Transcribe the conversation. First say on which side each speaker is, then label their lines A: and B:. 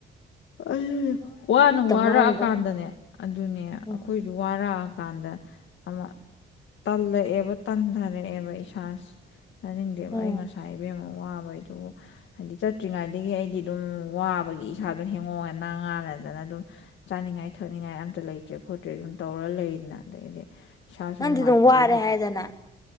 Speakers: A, on the left (about 70°); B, on the left (about 20°).
A: ꯑꯩ ꯋꯥꯅ ꯋꯥꯔꯛꯑꯀꯥꯟꯗꯅꯦ
B: ꯃꯥꯡꯉꯤꯗꯣ
A: ꯑꯗꯨꯅꯦ
B: ꯎꯝ
A: ꯑꯩꯈꯣꯏꯁꯨ ꯋꯥꯔꯛꯑ ꯀꯥꯟꯗ ꯑꯃ ꯇꯜꯂꯛꯑꯦꯕ ꯇꯟꯊꯔꯛꯑꯦꯕ ꯏꯁꯥꯁꯦ ꯆꯥꯅꯤꯡꯗꯦꯕ
B: ꯎꯝ
A: ꯑꯩ ꯉꯁꯥꯏ ꯏꯕꯦꯝꯃ ꯋꯥꯕꯩ ꯑꯗꯨꯕꯨ ꯍꯥꯏꯗꯤ ꯆꯠꯇ꯭ꯔꯤꯉꯩꯗꯒꯤ ꯑꯩꯗꯤ ꯑꯗꯨꯝ ꯋꯥꯕꯒꯤ ꯏꯁꯥꯗ ꯑꯗ ꯍꯦꯡꯉꯣꯉꯦ ꯅꯥ ꯉꯥꯅꯗꯅ ꯑꯗꯨꯝ ꯆꯥꯅꯤꯡꯉꯥꯏ ꯊꯛꯅꯤꯡꯉꯥꯏ ꯑꯝꯇ ꯂꯩꯇ꯭ꯔꯦ ꯈꯣꯠꯇ꯭ꯔꯦ ꯑꯗꯨꯝ ꯇꯧꯔ ꯂꯩꯗꯅ ꯑꯗꯒꯤꯗꯤ ꯏꯁꯥꯁꯨ
B: ꯅꯪꯗ
A: ꯅꯨꯡꯉꯥꯏꯇꯕꯒꯤ
B: ꯗꯨꯝ ꯋꯥꯔꯦ ꯍꯥꯏꯗꯅ